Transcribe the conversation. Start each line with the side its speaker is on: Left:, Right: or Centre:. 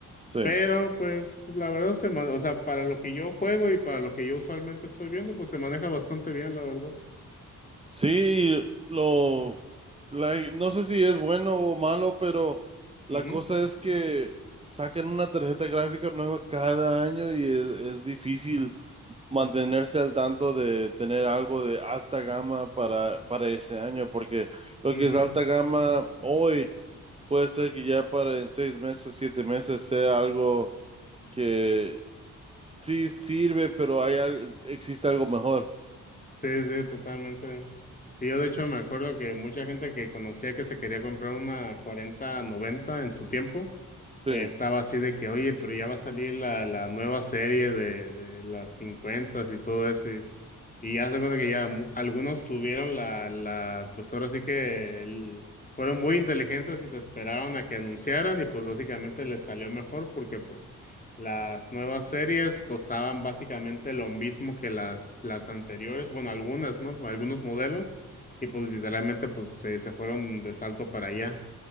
Right: sí.
Left: Pero pues la verdad se ma- o sea, para lo que yo juego y para lo que yo usualmente estoy viendo, pues se maneja bastante bien, la verdad.
Right: Sí, lo, la- no sé si es bueno o malo, pero la
Left: Ujú.
Right: cosa es que sacan una tarjeta gráfica nueva cada año y es, es difícil mantenerse al tanto de tener algo de alta gama para, para ese año, porque lo
Left: Ujú.
Right: que es alta gama hoy puede ser que ya para en seis meses, siete meses sea algo que sí sirve, pero hay, al- existe algo mejor.
Left: Sí, sí, totalmente. Sí, yo de hecho me acuerdo que mucha gente que conocía que se quería comprar una cuarenta noventa en su tiempo,
Right: Sí,
Left: eh, estaba así de que, oye, pero ya va a salir la, la nueva serie de, de las 50 y todo eso. Y ya se cuenta que ya mu- algunos tuvieron la, la, pues ahora sí que el- fueron muy inteligentes y se esperaron a que anunciaran y pues básicamente les salió mejor porque pues las nuevas series costaban básicamente lo mismo que las, las anteriores, bueno, algunas, ¿no? Algunos modelos y pues literalmente pues se, se fueron de salto para allá.